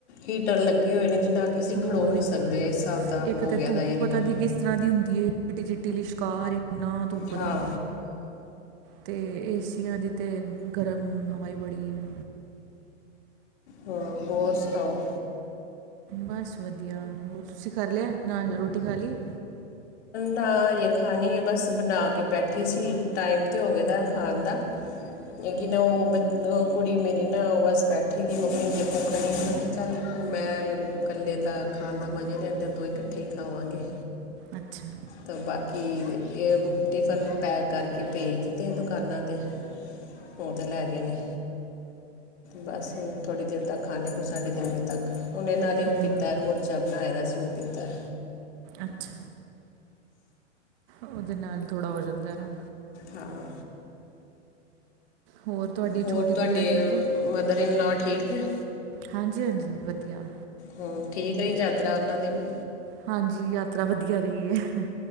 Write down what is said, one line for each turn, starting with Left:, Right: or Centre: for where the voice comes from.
Left: ਹੀਟਰ ਲੱਗੇ ਹੋਏ ਨੇ। ਜਿਨਾ ਅੱਗੇ ਅਸੀਂ, ਖੜੋ
Right: ਹੋਰ
Left: ਨੀ ਸਕਦੇ।
Right: ਕੀ
Left: ਹਿਸਾਬ ਦਾ
Right: ਇੱਕ
Left: ਹੋ
Right: ਤੇ
Left: ਗਿਆ
Right: ਧੂੱਪ,
Left: ਦਾ ਏਰੀਆ
Right: ਪਤਾ ਨੀ ਕਿਸ। ਇਸ ਤਰਾਂ ਦੀ ਹੁੰਦੀ ਹੈ। ਚਿੱਟੀ- ਚਿੱਟੀ, ਲਸ਼ਕਾਰ ਇੰਨਾ ਤੁਪਦਾ।
Left: ਹਾਂ
Right: ਤੇ ਏਸੀਆਂ, ਦੀ ਤੇ ਗਰਮ, ਹਵਾ ਈ ਬੜੀ ਹੈ।
Left: ਹੂੰ। ਹੋਰ ਸਤਓ?
Right: ਬਸ ਵਧੀਆ। ਹੋਰ ਤੁਸੀਂ ਕਰ ਲਿਆ। ਨਾ ਰੋਟੀ ਖਾ ਲਈ ਏ।
Left: ਨਾਜ ਖਾਣੀ ਹੈ। ਬਸ ਬਣਾ ਕੇ, ਬੈਠੀ ਸੀ। ਟਾਈਮ ਤੇ ਹੋ। ਗਦਾ ਖਾਣ ਦਾ। ਲੇਕਿਨ ਉਹ ਕੁੜੀ, ਮੇਰੀ ਨਾ ਉਹ ਬਸ, ਬੈਠੀ ਦੀ ਮੰਮੀ ਅ ਭੁੱਖ ਨਹੀਂ, ਮੈਂ ਕਿਹਾ ਚੱਲ। ਮੈਂ ਇਕੱਲੇ ਤਾਂ, ਖਾਣ ਦਾ ਮਜ਼ੇ ਨੀ ਰਹਿੰਦਾ ਦੋ ਇਕੱਠੇ ਹੀ ਖਾਵਾਂਗੇ।
Right: ਅੱਛਾ।
Left: ਤਾਂ ਬਾਕੀ, ਇਹ ਟਿਫਨ ਪੈਕ, ਕਰਕੇ ਭੇਜ ਦਿੱਤੇ ਦੁਕਾਨਾਂ ਤੇ। ਉਹ ਤੇ, ਲੈ ਗਏ ਨੇ। ਬਸ ਥੋੜੀ ਦੇਰ ਤੱਕ, ਖਾਣੇ ਆ, ਕੁਈ ਸਾਢੇ ਤਿੰਨ ਵਜੇ ਤੱਕ। ਉਹਨੇ ਨਾਲੇ, ਉਹ
Right: ਹੂੰ
Left: ਪੀਤਾ, ਰਜਾ ਬਣਾਇਆ ਸੀ। ਉਹ ਪੀਤਾ।
Right: ਅੱਛਾ। ਉਹਦੇ ਨਾਲ, ਥੋੜਾ ਹੋ ਜਾਂਦਾ ਨਾ।
Left: ਹਾਂ।
Right: ਹੋਰ? ਤੁਹਾਡੀ
Left: ਹੋਰ
Right: ਛੋਟੀ ਗੁੜੀਆ
Left: ਤੁਹਾਡੇ,
Right: ਠੀਕ ਹੈ
Left: ਮਦਰ ਇਨ ਲਾਅ, ਠੀਕ ਨੇ।
Right: ਹਾਂਜੀ- ਹਾਂਜੀ, ਵਧੀਆ।
Left: ਹੂੰ। ਠੀਕ ਰਹੀ, ਯਾਤਰਾ ਉਹਨਾਂ ਦੀ ਵੀ।
Right: ਹਾਂਜੀ, ਯਾਤਰਾ ਵਧੀਆ ਰਹੀ ਹੈ।